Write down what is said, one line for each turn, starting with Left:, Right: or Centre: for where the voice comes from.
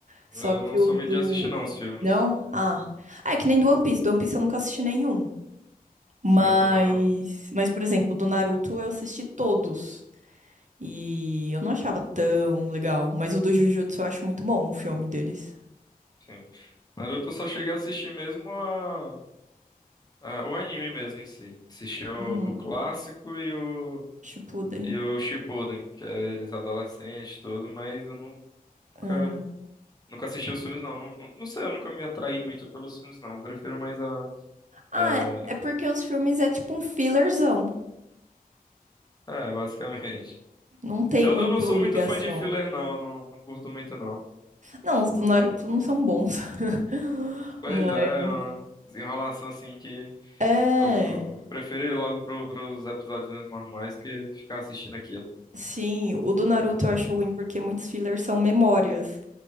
Right: Só
Left: Eu
Right: que
Left: não sou
Right: o do...
Left: muito de assistir, não, os filmes.
Right: Não? Ah. Ah, é que nem do One Piece. Do One Piece eu nunca assisti nenhum. Mas...
Left: É, Eu também não.
Right: Mas, por exemplo, do Naruto eu assisti todos. E eu não achava tão legal, mas o do Jujutsu eu acho muito bom, o filme deles.
Left: Sim. Naruto eu só cheguei a assistir mesmo a, a- o anime mesmo em si. Assisti o,
Right: Uhum.
Left: o clássico e o,
Right: Shippuden.
Left: e o Shippuden, que é eles adolescentes e tudo, mas eu não, nunca,
Right: Ah,
Left: nunca assisti os filmes, não. Não, não. não sei, eu nunca me atraí muito pelos filmes, não. Eu prefiro mais a
Right: Ah,
Left: é,
Right: é é porque os filmes é tipo um fillerzão.
Left: É, basicamente.
Right: Não tem
Left: Eu,
Right: muito
Left: eu não sou muito
Right: ligação.
Left: fã de filler, não. Eu não, não curto muito, não.
Right: Não, os do Naruto não são bons. <laughs>
Left: Pois
Right: Mas.
Left: é, é uma desenrolação assim que
Right: É.
Left: eu, eu prefiro ir logo pro, pros episódios normais que ficar assistindo aquilo.
Right: Sim, o do Naruto eu acho ruim porque muitos fillers são memórias.